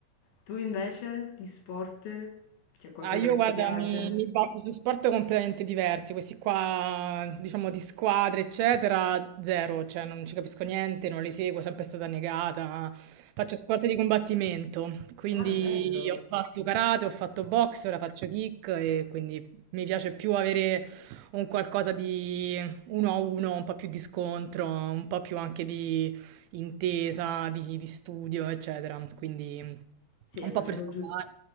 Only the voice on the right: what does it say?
Ah, io
guarda,
mi, mi baso su sport completamente diversi, questi qua, diciamo, di squadre, eccetera, zero, cioè non ci capisco niente, non li seguo, è sempre stata negata. Faccio sport di combattimento, quindi
ho fatto karate, ho fatto box, ora faccio kick e quindi mi piace più avere un qualcosa di uno a uno, un po' più di scontro, un po' più anche di intesa di, di studio, eccetera. Quindi mh,
un
po' per sfogare.